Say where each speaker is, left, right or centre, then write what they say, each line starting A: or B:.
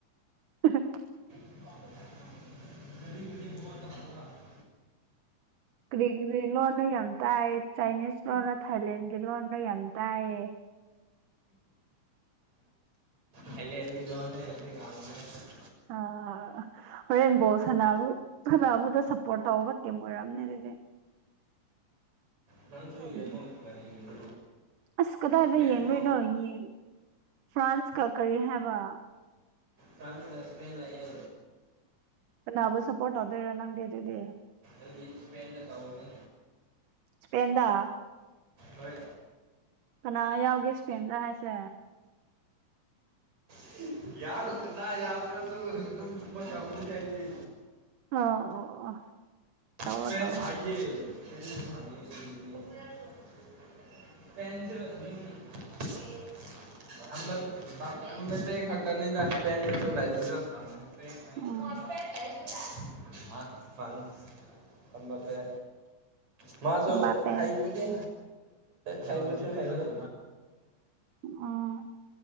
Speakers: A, on the right; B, on the right.
A: <unintelligible>
B: <unintelligible>
A: ꯀ꯭ꯔꯤ ꯀ꯭ꯔꯤ ꯂꯣꯟꯅꯣ ꯌꯥꯝ ꯇꯥꯏꯌꯦ ꯆꯥꯏꯅꯤꯁ ꯂꯣꯟꯂ ꯊꯥꯏꯂꯦꯟꯒꯤ ꯂꯣꯟꯔ ꯌꯥꯝ ꯇꯥꯏꯌꯦ
B: ꯊꯥꯏꯂꯦꯟ ꯒꯤ ꯂꯣꯟꯅꯦ ꯑꯈꯣꯏ <unintelligible>
A: ꯑꯥ ꯍꯣꯔꯦꯟ ꯕꯣꯜ ꯁꯅꯥꯕꯨ ꯁꯅꯥꯕꯗꯨ ꯁꯞꯄꯣꯔꯠ ꯇꯧꯕ ꯇꯤꯝ ꯑꯣꯏꯔꯝꯅꯤ ꯑꯗꯨꯗꯤ
B: ꯅꯪꯁꯨ
A: ꯎꯝ
B: ꯌꯦꯡꯉꯣ ꯀꯔꯤꯒꯤꯅꯣ
A: ꯑꯁ ꯀꯗꯥꯏꯗ
B: ꯁ꯭ꯄꯦꯟꯗꯣ
A: ꯌꯦꯡꯗꯣꯏꯅꯣ ꯌꯦꯟ ꯐ꯭ꯔꯥꯟꯁꯀ ꯀꯔꯤ ꯍꯥꯏꯕ
B: ꯐ꯭ꯔꯥꯟꯁꯒ ꯁꯄꯦꯟ ꯂꯩꯌꯦ
A: ꯀꯅꯥꯕꯨ ꯁꯞꯄꯣꯔꯠ ꯇꯧꯗꯣꯏꯔ ꯅꯪꯗꯤ ꯑꯗꯨꯗꯤ
B: ꯑꯗꯤ ꯏꯁꯄꯦꯟꯗ ꯇꯧꯒꯅꯤ
A: ꯏꯁꯄꯦꯟꯗ
B: ꯍꯣꯏ
A: ꯀꯅꯥ ꯌꯥꯎꯒꯦ ꯏꯁꯄꯦꯟꯗ ꯍꯥꯏꯁꯦ
B: <unintelligible> ꯇꯧꯒꯅꯤꯗ ꯑꯩꯗꯤ
A: ꯑ ꯑꯣ ꯑꯣ ꯇꯧꯋꯣ
B: <unintelligible>
A: ꯇꯧꯋꯣ
B: <unintelligible> <unintelligible> <unintelligible>
A: ꯎꯝ
B: ꯑꯕꯥꯄꯦ ꯃꯥꯁꯨ
A: ꯑꯝꯕꯥꯄꯦ
B: ꯍꯩꯕꯨꯗꯤ ꯍꯩꯕꯁꯨ ꯍꯩꯗ
A: ꯎꯝ